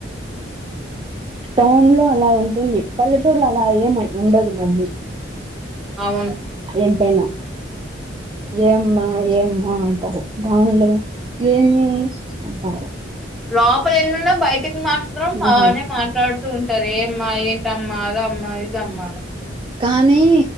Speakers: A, on the right; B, in the centre.
A: టౌన్లో అలా ఉంటుంది పల్లెటూర్లో అలా ఏం ఉండదు మళ్ళీ
B: అవును
A: ఎంతైనా ఏమ్మా ఏమ్మా అంటారు డౌన్లు ఏమీ అంటారు
B: లోపల ఎన్నున్న బయట మాత్రం బానే
A: అవును
B: మాట్లాడుతూం అరే ఏ అమ్మా ఏంటమ్మ అదమ్మ ఇదమ్మా
A: కానీ